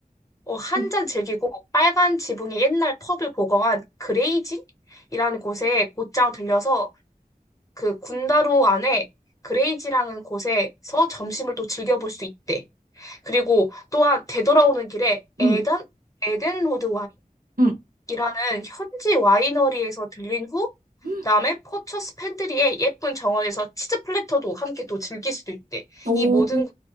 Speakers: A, on the left; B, on the right.
A: 어, 한잔
B: 오,
A: 즐기고 빨간 지붕의 옛날 펍을 보거한 그레이지이라는 곳에 곧장 들려서 그 군다로 안에 그레이지라는 곳에서 점심을 또 즐겨볼 수 있대. 그리고 또한 되돌아오는 길에 에덴,
B: 응,
A: 에덴 로드
B: 응,
A: 와인이라는 현지 와이너리에서 들린 후
B: 응.
A: 그다음에 포처스 팬트리의 예쁜 정원에서 치즈 플래터도 함께 또 즐길 수도 있대.
B: 오,
A: 이 모든